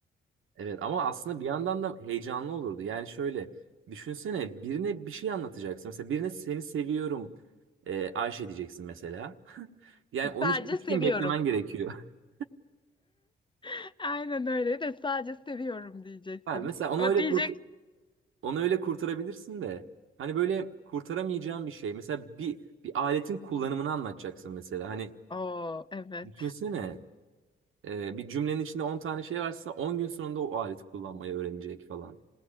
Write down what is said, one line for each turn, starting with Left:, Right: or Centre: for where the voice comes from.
Right: Evet ama aslında bir yandan da heyecanlı olurdu. Yani şöyle düşünsene birine bir şey anlatacaksın. Mesela birine seni seviyorum e, Ayşe diyeceksin mesela. <laughs> Yani onun
Left: Sadece
Right: için üç
Left: seviyorum.
Right: gün beklemen gerekiyor. <laughs>
Left: <laughs> Aynen öyle de sadece seviyorum diyeceksin.
Right: Ha, mesela onu
Left: O
Right: öyle
Left: diyecek.
Right: kurt onu öyle kurtarabilirsin de. Hani böyle kurtaramayacağın bir şey. Mesela bir bir aletin kullanımını anlatacaksın mesela. Hani
Left: Oo evet.
Right: düşünsene e, bir cümlenin içinde 10 tane şey varsa 10 gün sonunda o aleti kullanmayı öğrenecek falan.